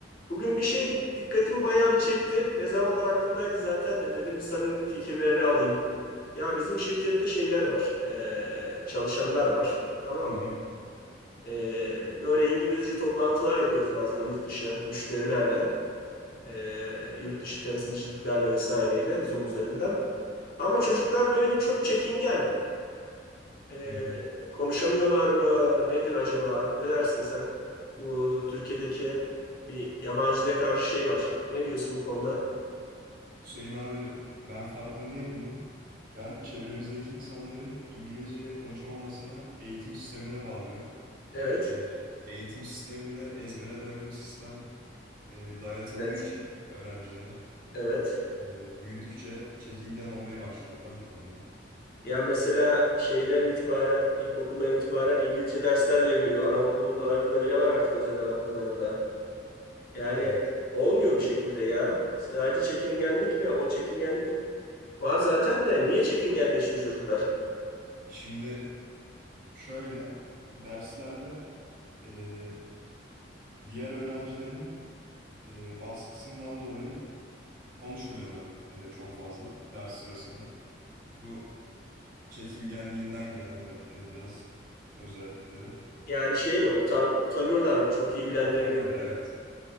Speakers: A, on the left; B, on the right.
A: Bugün bir şey dikkatimi bayağı bir çekti. Ne zamandır aklımdaydı zaten de dedim bir senin fikirlerini alayım. Ya bizim şirkette şeyler var. Ee, çalışanlar var. Tamam
B: Hı hı,
A: mı? Ee, böyle İngilizce toplantılar yapıyoruz bazen yurt dışı müşterilerle. Ee, yurt dışı temsilciliklerle vesaireyle Zoom üzerinden. Ama çocuklar böyle bir çok çekingen. Ee,
B: hı hı.
A: konuşamıyorlar mı? Nedir acaba? Ne dersin sen? Bu Türkiye'deki bir yabancı dile karşı şey var. Ne diyorsun bu konuda?
B: Hüseyin abi ben farkındayım bunun. Ben çevremizdeki insanların İngilizce konuşamamasını eğitim sistemine bağlıyorum.
A: Evet.
B: Ee, eğitim sisteminde ezbere dayalı bir sistem e, dayatıldığı
A: Evet.
B: için öğrencilere
A: Evet.
B: e, büyüdükçe çekingen olmaya başlıyorlar bu konuda.
A: Ya mesela şeyden itibaren, ilkokuldan itibaren İngilizce dersler veriliyor. Anaokullarında bile var artık özel anaokullarında. Yani
B: Evet
A: olmuyor bir şekilde ya. Sadece çekingenlik mi? O çekingenlik Var zaten de niye çekingenleşiyor çocuklar?
B: şimdi şöyle derslerde e, diğer öğrencilerin e, baskısından dolayı konuşmuyorlar e, çok fazla ders sırasında. Bu çekingenliğinden gelen biraz, biraz özellikleri.
A: Yani şey mi utan utanıyorlar mı? Çok iyi bilenlerin
B: Utanıyorlar
A: yan-
B: evet.